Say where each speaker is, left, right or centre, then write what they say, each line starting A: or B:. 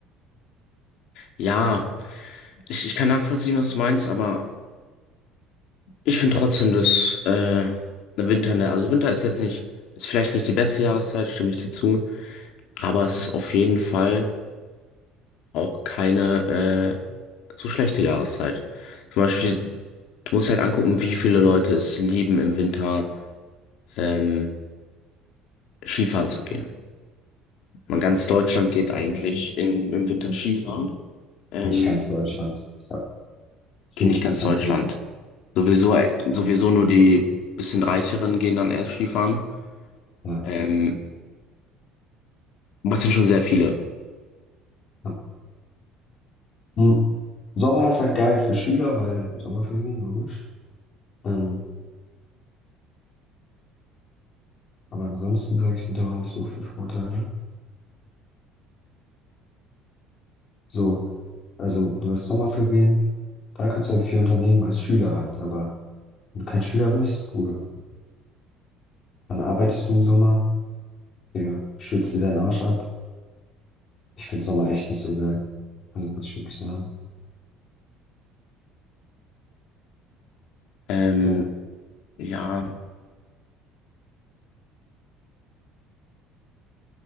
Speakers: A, on the left (about 60°); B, on the left (about 35°).
A: Ja, ich, ich kann nachvollziehen, was du meinst, aber ich finde trotzdem, dass äh, der Winter, ne, also Winter ist jetzt nicht, ist vielleicht nicht die beste Jahreszeit, stimme ich dir zu, aber es ist auf jeden Fall auch keine äh, so schlechte Jahreszeit. Zum Beispiel, du musst halt angucken, wie viele Leute es lieben, im Winter ähm, Skifahren zu gehen. Man ganz Deutschland geht eigentlich in, im Winter Skifahren. Ähm,
B: Nicht ganz Deutschland. Ich sag 10%.
A: geht nicht ganz Deutschland. Sowieso, äh, sowieso nur die bisschen Reicheren gehen dann erst Skifahren.
B: Ja.
A: Ähm, was sind schon sehr viele.
B: ja. Hm. Sommer ist halt geil für Schüler, weil Sommerferien, logisch. Ähm, aber ansonsten sage ich, sind da auch nicht so viele Vorteile. ne? So, also du hast Sommerferien, da kannst du halt viel unternehmen als Schüler halt. Aber wenn du kein Schüler bist, Bruder, dann arbeitest du im Sommer, Digga, schwitzt dir deinen Arsch ab. Ich finde Sommer echt nicht so geil. Also muss ich wirklich sagen.
A: Ähm,
B: So.
A: ja,